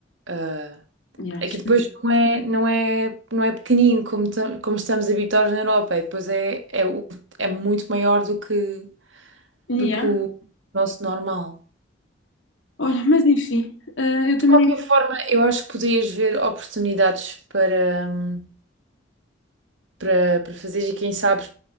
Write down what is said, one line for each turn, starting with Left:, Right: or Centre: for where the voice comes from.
Right: ah,
Left: Yeah,
Right: Aqui
Left: esquisito.
Right: depois não é, não é, não é pequenino como, ta- como estamos habituados na Europa, e depois é, é, o- é muito maior do que,
Left: Yeah.
Right: do que o nosso normal.
Left: Olha, mas enfim, eh, eu também.
Right: De qualquer forma, eu acho que podias ver oportunidades para, hum, para, para fazer e quem sabe,